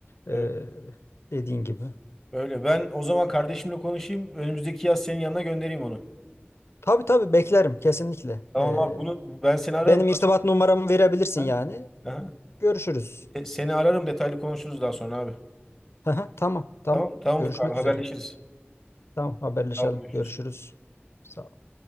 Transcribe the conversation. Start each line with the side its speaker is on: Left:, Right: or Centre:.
Centre: evet.
Left: Ee, dediğin gibi.
Centre: Öyle. Ben o zaman kardeşimle konuşayım. Önümüzdeki yaz senin yanına göndereyim onu.
Left: Tabii tabii beklerim kesinlikle.
Centre: Tamam
Left: Ee,
Centre: abi bunu ben seni ararım.
Left: benim irtibat numaramı verebilirsin
Centre: Ha?
Left: yani. Ee,
Centre: Aha.
Left: Görüşürüz.
Centre: Se- Seni ararım detaylı konuşuruz daha sonra abi.
Left: Aha, Tamam, tamam.
Centre: Tamam tamam
Left: Görüşmek
Centre: Ufuk abi haberleşiriz.
Left: üzere. Tamam, haberleşelim.
Centre: Tamam görüşürüz.
Left: Görüşürüz. Sağ ol.